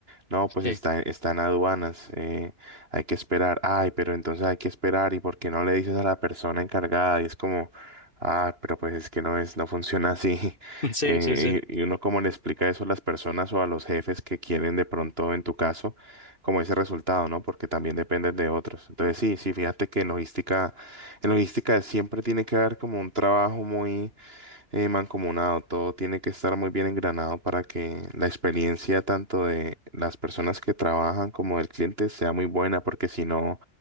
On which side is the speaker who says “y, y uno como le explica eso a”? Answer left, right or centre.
Right